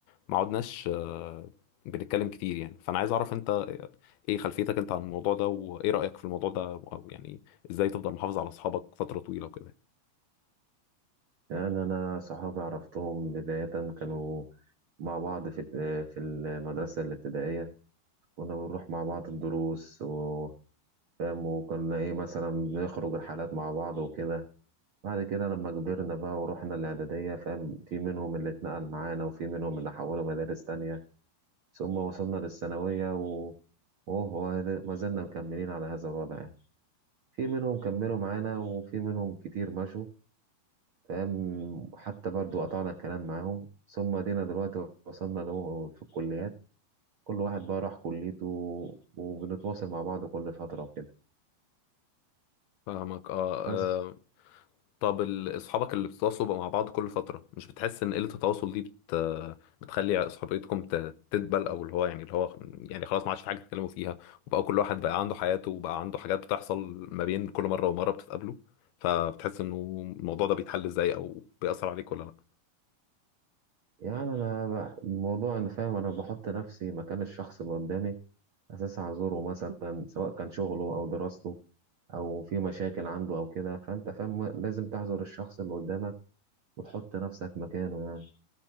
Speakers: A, on the left (about 75°); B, on the right (about 70°).
A: ما عدناش آه، بنتكلم كتير يعني فانا عايز اعرف انت ايه خلفيتك انت عن الموضوع ده وايه رايك في الموضوع ده او يعني ازاي تفضل محافظ على اصحابك فتره طويله وكده
B: يعني أنا صحابي عرفتهم بداية كانوا مع بعض في في المدرسة الابتدائية كنا بنروح مع بعض الدروس وفاهم وكنا إيه مثلا بنخرج رحلات مع بعض وكده بعد كده لما كبرنا بقى ورحنا الإعدادية فاهم في منهم اللي اتنقل معانا وفي منهم اللي حولوا مدارس تانية ثم وصلنا للثانوية و وهو هذا- ما زلنا مكملين على هذا الوضع يعني في منهم كملوا معانا وفي منهم كتير مشوا تمام وحتى برضو قطعنا الكلام معاهم ثم ادينا دلوقتي وصلنا له في الكليات كل واحد بقى راح كليته وبنتواصل مع بعض كل فترة وكده
A: فاهمك اه
B: بس
A: طب ال- اصحابك اللي بتتواصلوا بقى مع بعض كل فترة مش بتحس ان قلة التواصل دي بت... بتخلي صحبيتكم ت- تدبل او اللي هو يعني اللي هو يعني خلاص ما عادش في حاجة تتكلموا فيها وبقى كل واحد بقى عنده حياته وبقى عنده حاجات بتحصل ما بين كل مرة ومرة بتتقابلوا فبتحس انه الموضوع ده بيتحل ازاي او بيأثر عليك ولا لا
B: يعني أنا ب- الموضوع أنا فاهم أنا بحط نفسي مكان الشخص اللي قدامي أساسا أعذره مثلا سواء كان شغله أو دراسته أو في مشاكل عنده أو كده فأنت فاهم لازم تعذر الشخص اللي قدامك وتحط نفسك مكانه يعني